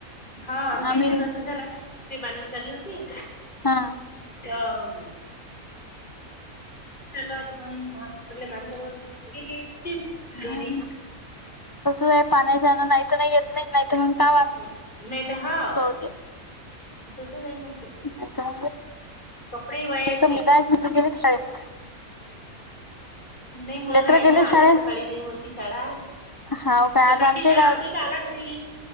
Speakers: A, on the left; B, on the left.
A: हा आमच्या
B: आम्ही
A: इथं तसचं झाला <inaudible> बांधण चालू होती.
B: हा
A: जाम होत पण सगळे माणसं व गेले
B: हम्म
A: घरी
B: तसंच आहे पाण्याच्यानं नाही तर नाही येत नाही नाही तर मग का वाहून
A: नाही तर हा
B: सोडते
A: तसच आहे मग ते
B: नाही तर मग
A: कपडे वाया
B: तुमचं
A: येत नाही
B: मुलगा आहे मुलगी गेली शाळेत
A: नाही मुलगा
B: लेकरं
A: आहे
B: गेले
A: ना आला
B: शाळेत
A: सकाळी होती शाळा आज
B: हाव काय
A: सकाळची
B: आज आमच्या
A: शाळा
B: गावात
A: होती तर आला घरी